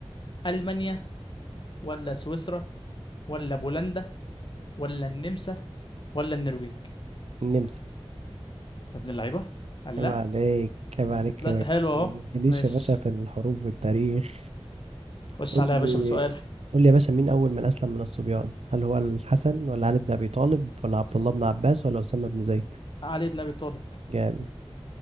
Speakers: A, on the left; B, on the right.
A: المانيا ولا سويسرا ولا بولندا ولا النمسا ولا النرويج
B: النمسا
A: يا ابن اللعيبه الله
B: عيب عليك عيب
A: ده
B: عليك
A: انت طلعت
B: ما
A: حلو
B: ما
A: اهو
B: تجيليش
A: ماشي
B: يا باشا في الحروب والتاريخ
A: خش
B: قول
A: عليا
B: لي
A: يا باشا بسؤال
B: قول لي يا باشا مين اول من اسلم من الصبيان هل هو الحسن ولا علي بن ابي طالب ولا عبد الله بن عباس ولا اسامة بن زيد
A: علي بن ابي طالب
B: جامد